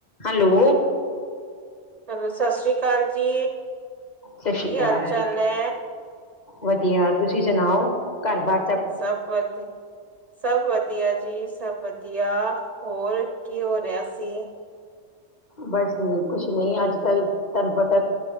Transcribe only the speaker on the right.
hello, ਸਤਿ ਸ਼੍ਰੀ ਅਕਾਲ ਜੀ।
ਕੀ
ਹਾਲ -ਚਾਲ ਨੇ?
ਸਭ ਪਾ ਸਭ ਵਧੀਆ ਜੀ ਸਭ ਵਧੀਆ ਹੋਰ ਕੀ ਹੋ ਰਿਹਾ ਸੀ।